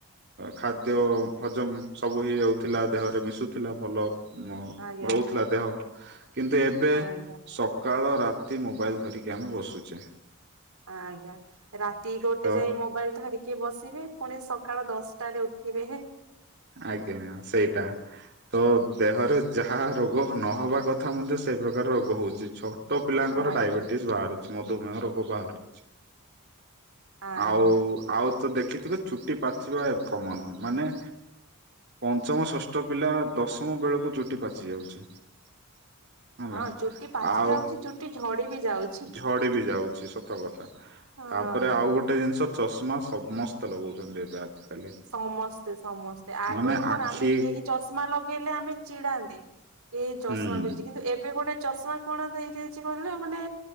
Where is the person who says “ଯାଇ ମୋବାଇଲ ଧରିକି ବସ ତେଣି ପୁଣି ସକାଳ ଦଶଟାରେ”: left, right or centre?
Right